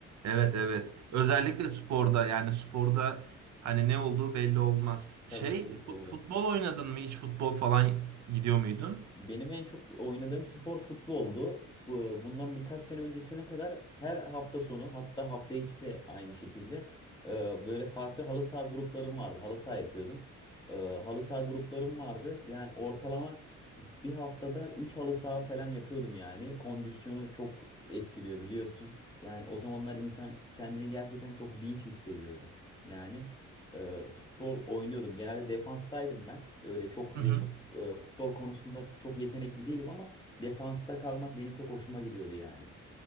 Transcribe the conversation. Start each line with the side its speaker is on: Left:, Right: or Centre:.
Right: Evet evet. Özellikle sporda yani sporda hani ne olduğu belli olmaz. Şey
Left: Tabii tabii
Right: fu-
Left: doğru.
Right: futbol oynadın mı hiç futbol falan gidiyor muydun?
Left: Benim en çok oynadığım spor futboldu. Bu- Bundan birkaç sene öncesine kadar her hafta sonu hatta hafta içi de aynı şekilde e, böyle farklı halı saha gruplarım vardı. Halı saha yapıyordum. E, Halı saha gruplarım vardı. Yani ortalama bir haftada 3 halı saha falan yapıyordum yani. Kondisyonu çok etkiliyor biliyorsun. Yani o zamanlar insan kendini gerçekten çok dinç hissediyordu. Yani e, futbol oynuyordum. Genelde defanstaydım ben. Öyle çok
Right: Hı hı.
Left: e, futbol konusunda çok yetenekli değilim ama defansta kalmak benim çok hoşuma gidiyordu yani.